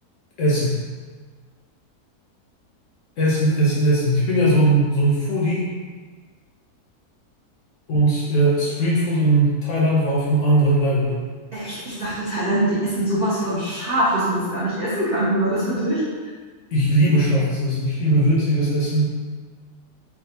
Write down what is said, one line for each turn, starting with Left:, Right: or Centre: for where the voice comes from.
Left: Essen, Essen, Essen, Essen. Ich bin ja so ein, so ein Foodie und äh, Streetfood in Thailand war auf einem anderen Level.
Right: Echt, ich dachte, die Thailänder, die essen sowas von scharf, dass man das gar nicht essen kann. Wie war das für dich?
Left: Ich liebe scharfes Essen, ich liebe würziges Essen.